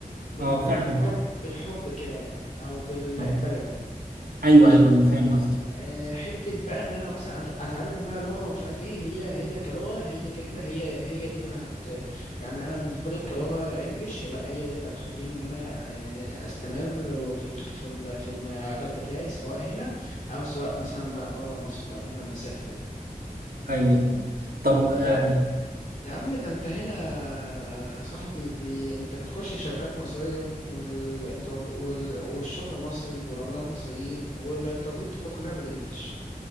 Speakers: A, on the left; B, on the right.
A: بالحب
B: اه فعلا
A: بالحب كده يعني او بالبلدي
B: آه. ايوه
A: ماشي
B: ايوه انا فاهم قصدك
A: آه، حتة بقى ان انا مثلا أت- اتعلم بقى لغة ومش عارف ايه هي هي كلغة هي كده كده هي هي دي اللي هت يعني انا بالنسبة لي كلغة انجليش لا هي دي اللي هتخليني ان انا آه، استمر في ال... في ال... في المجال بتاعي سواء هنا او سواء مثلا بقى بره مصر بعدين لما اسافر يعني
B: ايوه طب آه،
A: يا عم يا عم ده انت هنا يا صاحبي بي... انت بتخش شركات مصرية والانترف... وال... والشغل مصري والعملاء مصريين والانترفيو بتبقى كلها بالانجلش